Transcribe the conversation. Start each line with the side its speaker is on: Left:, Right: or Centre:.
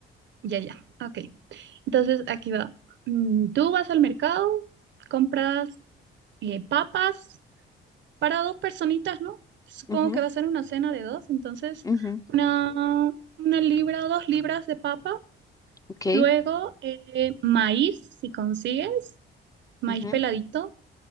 Right: Ya, ya, ok. Entonces aquí va. Mm, Tú vas al mercado, compras eh, papas Para dos personitas, ¿no? Supongo
Left: Ujú,
Right: que va a ser una cena de dos, entonces
Left: ujú,
Right: una, una libra, dos libras de papa,
Left: ok,
Right: luego eh, maíz, si consigues, maíz
Left: ujú,
Right: peladito,